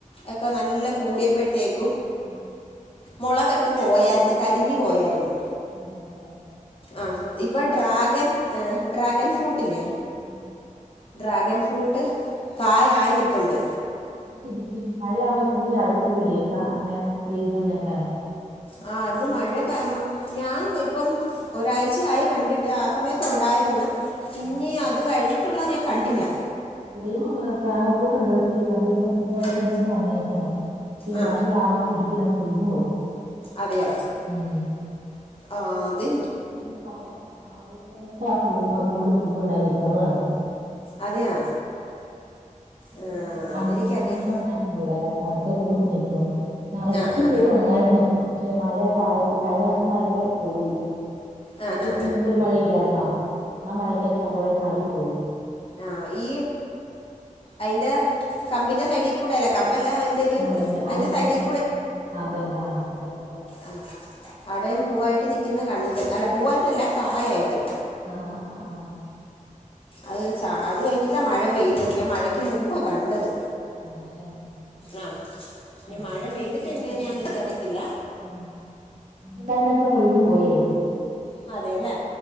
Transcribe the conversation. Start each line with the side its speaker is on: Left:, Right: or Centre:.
Left: ഒക്കെ നല്ല കൂടിയപ്പഴ്ത്തേക്കും
Right: ആഹ് ആഹ്
Left: മൊളകക്കെ പോയാര്ന്ന് കരിഞ്ഞു പോയാര്ന്ന്
Right: ആൺല്ലേ
Left: ആ ഇപ്പം ഡ്രാഗൻ ഡ്രാഗൻ ഫ്രൂട്ടില്ലേ
Right: ആഹ
Left: ഡ്രാഗൺ ഫ്രൂട്ട് കായായി നിപ്പുണ്ട്
Right: പിടിച്ച മഴയാവുമ്പോ പൂചാടി പോവൂലെ ക്കാ അങ്ങനെ വെയില് വന്നേക്കണേ
Left: ആ അത് മഴ കാരണം ഞാൻ ഇപ്പം ഒരാഴ്ചയയി കണ്ടിട്ട് ആ സമയത്തു ണ്ടായിരുന്നു ഇഞ്ഞ്
Right: ഉം
Left: അത് കഴിഞ്ഞിട്ടുള്ള ഞാൻ കണ്ടില്ല
Right: ഇവിടെയും ട്രാഗൺ ഫ്രൂട്ടുണ്ട് ഉണ്ടാക്കി പക്ഷേ അതിങ്ങനെ പൂവായിട്ട്
Left: ആ,
Right: ങ്ങനെ വന്നേക്കുണു ഈ
Left: ആ
Right: മഴവാ പിടിക്കൂല പൊഴിഞ്ഞു പോകും
Left: അതെയാ
Right: ഉം
Left: ആ അതെ
Right: ഈ സമയ മഴസമയത്ത് ആ പൂവ് കൂടുതും പൂവ്ണ്ടായി നിക്കുന്നതാണ്
Left: അതെയാ
Right: <unintelligible>
Left: ആ അതെനിക്കറിയാം
Right: മൂന്നണ്ണംണ്ടായി വരാൻ അടുത്ത പൂവിട്ട് നിക്കുണു നറച്ചും
Left: ആ ആ
Right: പൂവന്നായിരുന്നു പക്ഷെ മഴയപ്പം ആ കഴിഞ്ഞറാസത്തെ മഴയ്ക്ക് പോയി
Left: ആ
Right: കൊർച്ചീസം
Left: ആ
Right: മുമ്പൊരു മഴയില്ലായിരുന്നൊ ആ മഴക്ക് കൊറെ ചാടിപ്പോയി
Left: ആഹ ഈ അയിന്റെ കമ്പിന്റെ സൈഡികൂടെല്ലേ കമ്പല്ല ഒരു
Right: മുള്ളിൻ്റെ
Left: അതിൻ്റെ
Right: ആ മുള്ള്
Left: സൈഡിൽ
Right: അതല്ലാ പഴറ
Left: ആഹ അടെയും പൂവായിട്ട് നിക്കുന്നത് കണ്ട് അല്ല പൂവായിട്ടല്ല കായായിട്ട്
Right: ആഹ ആഹ ആഹ ആഹ
Left: അത് അത് കഴിഞ്ഞിട്ടാ മഴ പെയ്തത് ഞാൻ മഴയ്ക്ക് മുമ്പാ കണ്ടത്
Right: അതെല്ലേ
Left: ആഹ ഇനി
Right: ചിലർക്ക്
Left: മഴ
Right: പിടിക്കും
Left: പെയ്തിട്ട്
Right: ചിലർക്ക്
Left: എങ്ങനെയാെന്ന്
Right: പിടിക്കില്ല
Left: നിക്കറിയത്തില്ല
Right: ഉം ഇപ്പൊണ്ടാക്കുന്നതക്കെ കൊഴിഞ്ഞു പോയേ
Left: അതെ അല്ലേ